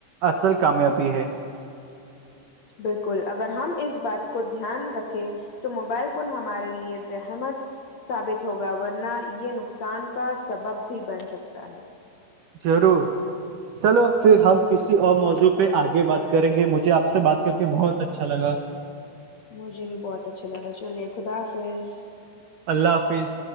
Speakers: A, on the right (about 65°); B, on the left (about 60°).
A: اصل کامیابی ہے
B: بالکل اگر ہم اس بات کو دھیان رکھیں تو موبائل فون ہمارے لیے رحمت ثابت ہوگا ورنہ یہ نقصان کا سبب بھی بن سکتا ہے
A: ضرور چلو پھر ہم کسی اور موضوع پہ آگے بات کریں گے مجھے آپ سے بات کر کے بہت اچھا لگا
B: مجھے بھی بہت اچھا لگا چلیے خدافظ
A: اللہ حافظ